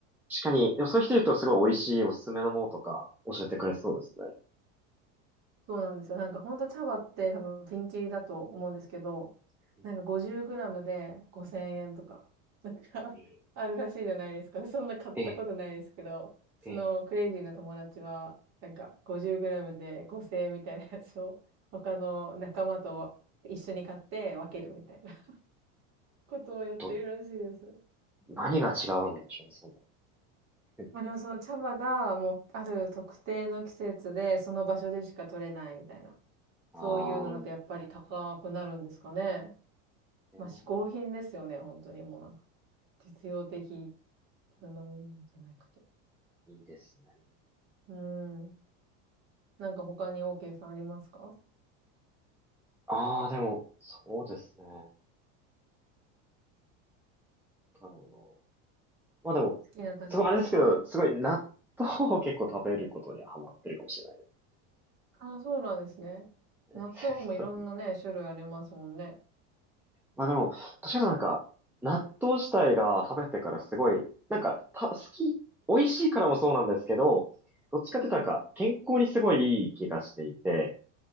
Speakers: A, in the centre; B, on the right (about 45°).
A: 確かに、でもそういう人いるとすごい美味しいおすすめのものとか教えてくれそうですね。
B: そうなんですよ。なんかほんと茶葉って多分ピンキリだと思うんですけど、
A: うん
B: なんか50グラムで5000円とか、なんか
A: ええ、
B: <laughs> あるらしいじゃないですか。そんな買ったことないですけど、
A: ええ、
B: そのクレイジーな友達は、
A: ええ
B: なんか50グラムで5000円みたいなやつを他の仲間と一緒に買って分けるみたいな <laughs> ことをやってるらしいです。
A: と、何が違うんでしょうね、その、って。
B: まあでもその茶葉がもうある特定の季節でその場所でしか取れないみたいな、
A: ああ、
B: そういうのだとやっぱり高くなるんですかね。
A: ええ
B: まあ、嗜好品ですよね、本当にもうなんか。実用的な飲み物じゃなくて。
A: いいですね。
B: うーん。なんか他に OK さんありますか好
A: ああ、でも、そうですね。なんだろうな。まあでも、
B: きな食べ物。
A: すごいあれですけど、
B: はい。
A: すごい納豆を結構食べることにはハマってるかもしれない
B: ああ、そうなんですね。
A: ね。
B: 納豆もいろんなね、
A: <laughs>
B: 種類ありますもんね。
A: まあでも、確かになんか、納豆自体が食べてからすごい、なんか、た、好き、美味しいからもそうなんですけど、どっちかっていうとなんか、
B: うん
A: 健康にすごいいい気がしていて、